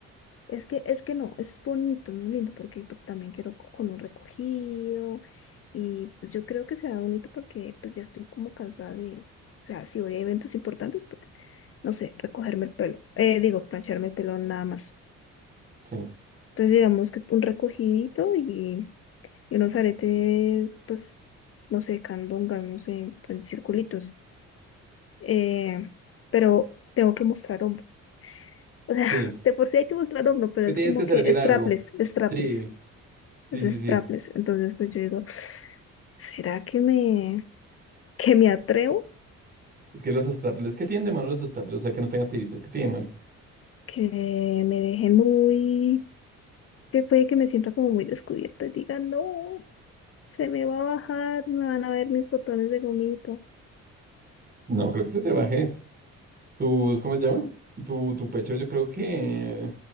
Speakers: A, on the left; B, on the right.
A: Es que, es que no, es bonito, es muy lindo, porque pues, también quiero co- con un recogido y pues, yo creo que será bonito porque pues ya estoy como cansada de, o sea, si voy a eventos importantes, pues, no sé, recogerme el pelo, eh, digo, plancharme el pelo nada más.
B: Sí,
A: Entonces digamos que un recogidito y, y unos aretes, pues, no sé, candongas, no sé, en circulitos. Eh, pero tengo que mostrar hombro. O sea,
B: sí.
A: <laughs> de por sí hay que mostrar hombro, pero
B: Que
A: es
B: tienes
A: como
B: que servir
A: que strapless,
B: algo.
A: strapless.
B: Sí, sí,
A: es
B: sí,
A: strapless.
B: sí.
A: Entonces, pues yo digo, ¿será que me, que me atrevo?
B: Es que los straples, ¿qué tienen de malo los straples? O sea, que no tengan tiritos, ¿qué tienen de malo?
A: Que me deje muy, que puede que me sienta como muy descubierta y diga, no, se me va a bajar, me van a ver mis botones de gomita
B: No, creo que se te baje. Tus, ¿cómo se llama? Tu, tu pecho, yo creo que